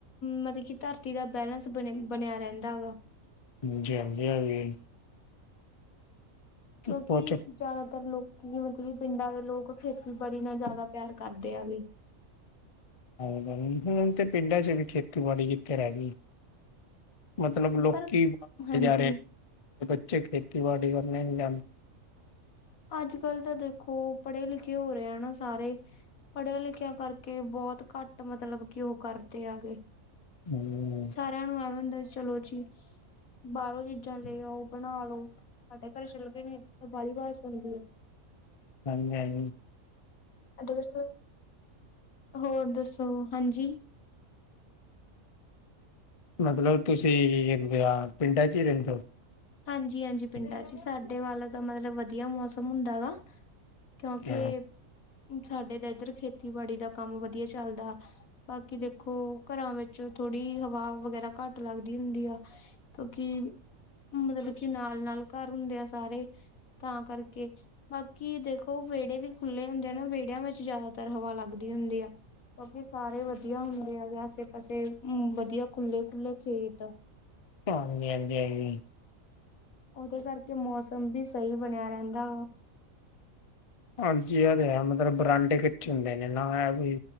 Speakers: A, on the left (about 85°); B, on the left (about 40°).
A: ਮਤਲਬ ਕਿ, ਧਰਤੀ ਦਾ ਬੈਲੈਂਸ ਬਣੇ ਬਣਿਆ ਰੈਂਦਾ ਵਾ।
B: ਹਾਂਜੀ ਹਾਂਜੀ। ਵੀ
A: ਕਿਉਂਕਿ
B: ਕੁਛ
A: ਜ਼ਿਆਦਾਤਰ ਲੋਕੀ - ਮਤਲਬ ਕਿ, ਪਿੰਡਾਂ ਦੇ ਲੋਕ- ਖੇਤੀਬਾੜੀ ਨਾਲ ਜਾਦਾ ਪਿਆਰ ਕਰਦੇ ਆਗੇ।
B: ਆਹ ਹੁਣ ਤੇ ਪਿੰਡਾਂ 'ਚ ਵੀ ਖੇਤੀਬਾੜੀ ਕਿੱਥੇ ਰੈ ਗਈ। ਮਤਲਬ ਲੋਕੀ
A: ਪਰ
B: ਬ ਬਾਰ
A: ਹਾਂਜੀ
B: ਜਾ <inaudible> ਰਹੇ ਨੇ ਬੱਚੇ ਖੇਤੀਬਾੜੀ ਕਰਨੇ ਜਾਂਦੇ।
A: ਅੱਜ-ਕੱਲ੍ਹ ਤਾਂ ਦੇਖੋ, ਪੜ੍ਹੇ-ਲਿਖੇ ਹੋ ਰੇ ਹੈ ਨਾ ਸਾਰੇ। ਪੜ੍ਹਿਆ-ਲਿਖਿਆ ਕਰਕੇ ਬੋਤ ਘੱਟ, ਮਤਲਬ ਕਿ ਉਹ ਕਰਦੇ ਹੈਗੇ।
B: ਹਮ।
A: ਸਾਰਿਆਂ ਨੂੰ ਐਵੇ ਹੁੰਦਾ, ਚਲੋ ਜੀ ਬਾਹਰੋਂ ਚੀਜ਼ਾਂ ਲੈ ਆਓ ਬਣਾ ਲੋ, ਸਾਡੇ ਘਰ ਸ਼ੁਰੂ ਤੋਂ ਹੀ ਬਾਹਲੀ ਵਾਜ ਸੁਣਦੀ ਐ।
B: ਹਾਂਜੀ-ਹਾਂਜੀ।
A: <unintelligible> ਹੋਰ ਦੱਸੋ? ਹਾਂਜੀ।
B: ਮਤਲਬ, ਤੁਸੀਂ ਅ ਪਿੰਡਾਂ 'ਚ ਹੀ ਰਹਿੰਦੇ ਔ?
A: ਹਾਂਜੀ-ਹਾਂਜੀ ਪਿੰਡਾਂ 'ਚ ਹੀ, ਸਾਡੇ ਵਾਲ ਤਾਂ ਮਤਲਬ ਵਧੀਆ ਮੌਸਮ ਹੁੰਦਾ ਵਾ। ਕਿਉਂਕਿ,
B: ਹਾਂ,
A: ਸਾਡੇ ਤਾਂ ਇੱਧਰ ਖੇਤੀਬੜੀ ਦਾ ਕੰਮ ਵਧੀਆ ਚੱਲਦਾ। ਬਾਕੀ ਦੇਖੋ, ਘਰਾਂ ਵਿੱਚ ਥੋੜੀ ਹਵਾ ਵਗੈਰਾ ਘੱਟ ਲੱਗਦੀ ਹੁੰਦੀ ਆ। ਕਿਉਕਿ ਮਤਲਬ ਕਿ ਨਾਲ-ਨਾਲ ਘਰ ਹੁੰਦੇ ਆ ਸਾਰੇ, ਤਾਂ ਕਰਕੇ। ਬਾਕੀ ਦੇਖੋ, ਵਿਹੜੇ ਵੀ ਖੁੱਲ੍ਹੇ ਹੁੰਦੇ ਆ ਨਾ ਵਿਹੜਿਆਂ ਵਿੱਚ ਜ਼ਿਆਦਾਤਰ ਹਵਾ ਲੱਗਦੀ ਹੁੰਦੀ ਆ। ਬਾਕੀ ਸਾਰੇ ਵਧੀਆ ਹੁੰਦੇ ਹੈਗੇ, ਆਸੇ-ਪਾਸੇ ਵਧੀਆ ਖੁੱਲ੍ਹੇ -ਖੁੱਲ੍ਹੇ ਖੇਤ।
B: ਹਾਂਜੀ-ਹਾਂਜੀ-ਹਾਂਜੀ।
A: ਉਹਦੇ ਕਰਕੇ ਮੌਸਮ ਵੀ ਸਹੀ ਬਣਿਆ ਰਹਿੰਦਾ ਗਾ।
B: ਹਾਂਜੀ ਇਹ ਤੇ ਹੈ, ਮਤਲਬ ਬਰਾਂਡੇ ਕੱਚੇ ਹੁੰਦੇ ਨੇ ਨਾ ਇਹ ਵੀ